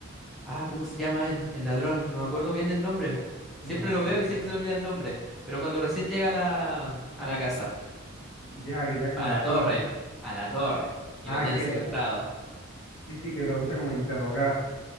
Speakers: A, in the centre; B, on the left.
A: Ah, ¿cómo se llama él? El ladrón. No me acuerdo bien el nombre. Siempre
B: No, tampoco
A: lo veo
B: me acuerdo.
A: y siempre se me olvida el nombre. Pero cuando recién llega a la, a la casa,
B: Ya, que ya como
A: a
B: a la
A: la
B: torre.
A: torre, a la torre, y
B: Ah,
A: lo tienen
B: que
A: secuestrado.
B: sí, sí, que lo comienza como a interrogar.